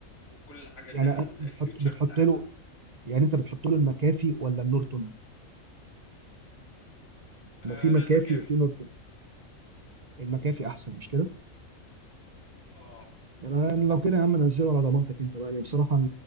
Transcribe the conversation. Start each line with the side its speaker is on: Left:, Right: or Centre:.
Left: وكل حاجة
Right: يعني
Left: لها
Right: أنا-
Left: ال-
Right: بتحط
Left: الفيتشر
Right: بتحط
Left: بتاعتها
Right: له يعني انت بتحط له المكافي ولا النورتون
Left: آه
Right: ما في مكافي
Left: لا المكافي
Right: وفي نورتون المكافي احسن مش كده
Left: اه
Right: انا أنا لو كده يا عم انزله على ضمانتك انت بقى ليه بصراحه